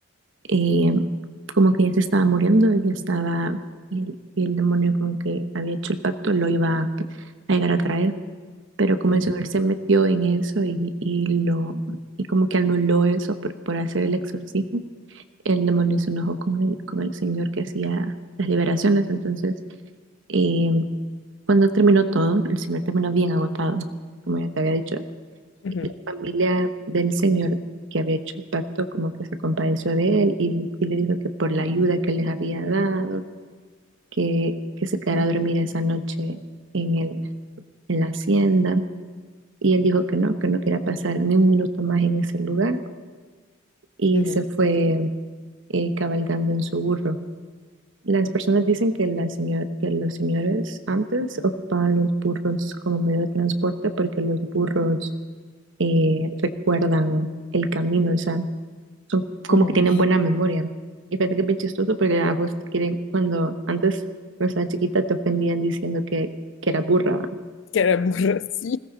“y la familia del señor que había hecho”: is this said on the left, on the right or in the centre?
Right